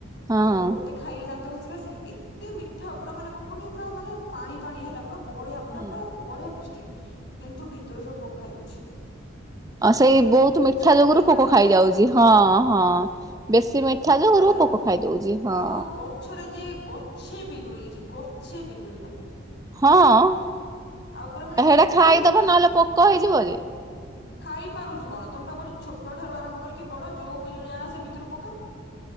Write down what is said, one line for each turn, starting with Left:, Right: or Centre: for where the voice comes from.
Right: ହଁ
Left: ସେଠୁ ଗୋଟେ ଖାଇଲି ଦାନ୍ତ ଘସିକି ଆସିକି ଏତେ ମିଠା ପୁରା ମାନେ କଣ କନି ପୁରା ମାନେ ପାଣି ପାଣି ହେଲା ପୁରା ବଢିଆ
Right: ହୁଁ
Left: ପୁରାପୁରା ବଢିଆ ଟେଷ୍ଟି କିନ୍ତୁ ଭିତରୁ ସବୁ ପୋକ ଖାଇ ଦଉଛି।
Right: ଅ ସେଇ ବହୁତୁ ମିଠା
Left: ଚିନି
Right: ଯୋଗୁରୁ ପୋକ
Left: ଭଳିଆ
Right: ଖାଇଯାଉଛି
Left: ମିଠା
Right: ହଁ
Left: ହୁଁ
Right: ହଁ ବେଶୀ ମି ଠା ଯୋଗୁରୁ
Left: ହେଲା
Right: ପୋକ ଖାଇଦଉଛି ହଁ।
Left: ଆଉ ଗଛରେ ଯେ ଗଛେ ପିଜୁଳି ହେଇଛି ଗଛେ ବିଜୁଳିିବା।
Right: ହଁ
Left: ପୁରା ମାନେ
Right: ହେଟା
Left: ଏତେ
Right: ଖାଇଦବ
Left: ପିଜୁଳି
Right: ନହେଲେ ପୋକ ହେଇଯିବ ଯେ।
Left: ଖାଇ ପାରୁଛୁ କଣ ତମେ ବା କହୁଛ ଛୋଟ ଠାରୁ ଆରମ୍ଭ କରିକି ବଡ ଯୋଉ ପିଜୁଳି ଆାଣ ସେ ଭିତୁରୁ ପୋକା।